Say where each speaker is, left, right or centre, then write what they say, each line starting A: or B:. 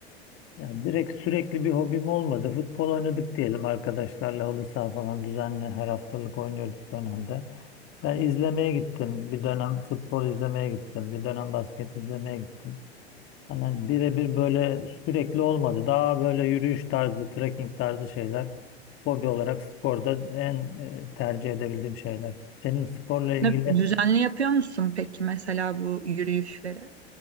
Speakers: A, on the left (about 40°); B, on the right (about 80°).
A: Yani direkt sürekli bir hobim olmadı. Futbol oynadık diyelim arkadaşlarla halı saha falan düzenli her haftalık oynuyorduk dönemde. Ben izlemeye gittim. Bir dönem futbol izlemeye gittim. Bir dönem basket izlemeye gittim. Hani birebir böyle sürekli olmadı. Daha böyle yürüyüş tarzı, trekking tarzı şeyler. Hobi olarak sporda en e, tercih edebildiğim şeyler. Senin sporla ilgili
B: Ne, düzenli yapıyor musun peki mesela bu yürüyüşleri?